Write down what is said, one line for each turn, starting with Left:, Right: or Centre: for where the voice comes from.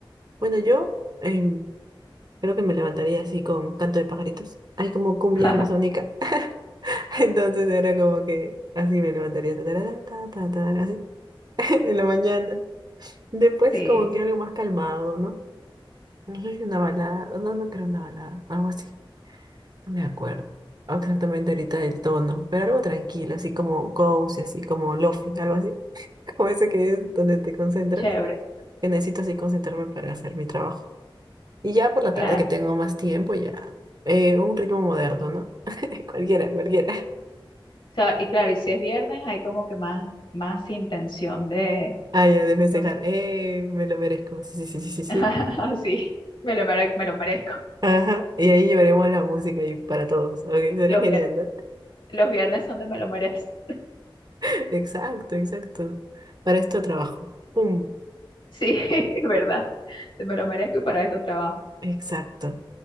Right: Bueno, yo em, creo que me levantaría así con canto de pajaritos. Hay como cumbia
Left: <laughs>
Right: amazónica. <laughs> Entonces era como que así me levantaría. ta, tarara, ta, ta, tarara, así <laughs> en la mañana. Después
Left: Sí,
Right: como que algo más calmado, ¿no? No sé si una balada. No, no creo una balada. Algo así. No me acuerdo exactamente ahorita el tono. Pero algo tranquilo, así como cozy, así como lofi, algo así. <laughs> Como ese que es donde te concentras.
Left: chévere,
Right: Que necesito así concentrarme para hacer mi trabajo. Y ya por la
Left: claro.
Right: tarde que tengo más tiempo, ya eh, un ritmo moderno, ¿no? <laughs> Cualquiera, cualquiera.
Left: O sea, y claro, y si es viernes hay como que más, más intención de,
Right: Ah, ya de festejar.
Left: no sé,
Right: Eh, me lo merezco. Sí, sí, sí, sí, sí, sí.
Left: <laughs> sí, me lo, mere- me lo merezco.
Right: Ajá. Y ahí llevaremos la música ahí para todos. Ok, sería
Left: Los,
Right: genial,
Left: vier-
Right: ¿no?
Left: los viernes son de me lo merezco.
Right: <laughs> Exacto, exacto. Para esto trabajo. Pum.
Left: Sí, <laughs> verdad. Me lo merezco y para esto trabajo.
Right: Exacto.